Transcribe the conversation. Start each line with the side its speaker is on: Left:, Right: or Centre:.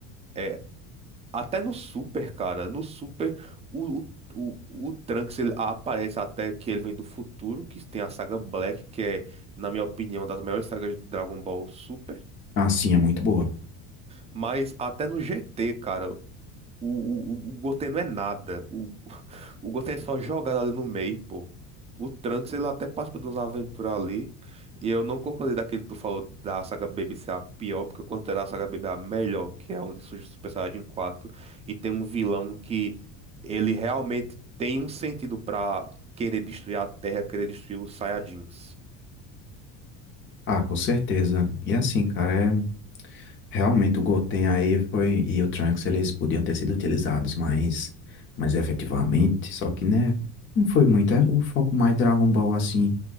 Right: É, até no Super, cara. No Super, o, o, o, o Trunks ele aparece até que ele vem do futuro, que tem a saga Black, que é, na minha opinião, uma das melhores sagas de Dragon Ball Super.
Left: Assim, é muito boa.
Right: Mas até no GT, cara. O, o, o Gotê não é nada. O, o Gotê é só jogado ali no meio, pô. O Trunks, ele até participa de uns aventuras ali. E eu não concordei daquele que tu falou da saga Baby ser a pior, porque eu considero a saga Baby a melhor, que é onde surge o Super Saiyajin quatro E tem um vilão que ele realmente tem um sentido pra querer destruir a Terra, querer destruir os Saiyajins.
Left: Ah, com certeza. E assim, cara, é, realmente o Goten aí foi, e o Trunks, eles podiam ter sido utilizados mais, mais efetivamente, só que, né, não foi muito, é o foco mais Dragon Ball, assim,